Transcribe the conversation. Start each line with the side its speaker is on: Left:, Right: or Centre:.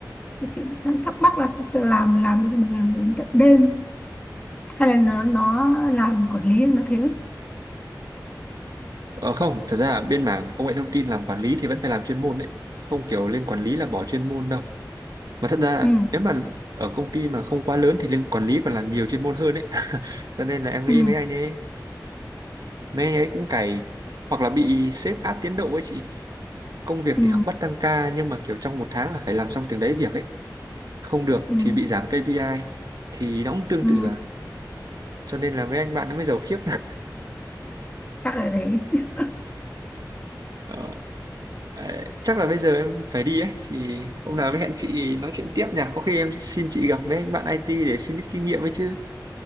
Left: Thì Chị đang thắc mắc là sẽ làm làm gì mà làm đến tận đêm hay là nó nó làm quản lý nó thế.
Right: ờ không thật ra bên mảng công nghệ thông tin làm quản lý thì vẫn phải làm chuyên môn đấy không kiểu lên quản lý là bỏ chuyên môn đâu mà thật ra
Left: Ừ.
Right: nếu mà ở công ty mà không quá lớn thì lên quản lý còn làm nhiều chuyên môn hơn ấy <laughs> cho nên là em
Left: Ừ.
Right: nghĩ mấy anh ấy mấy anh ấy cũng cày hoặc là bị sếp áp tiến độ ấy chị công việc
Left: ừ
Right: thì không bắt tăng ca nhưng mà kiểu trong một tháng là phải làm xong từng đấy việc ấy không được
Left: ừ
Right: thì bị giảm KPI thì nó cũng tương
Left: ừ
Right: tự à cho nên là mấy anh bạn nó mới giàu khiếp
Left: chắc là thế <laughs>
Right: <laughs> Đấy, chắc là bây giờ em phải đi ấy thì hôm nào mới hẹn chị nói chuyện tiếp nhỉ có khi em xin chị gặp với anh bạn IT để xin ít kinh nghiệm ấy chứ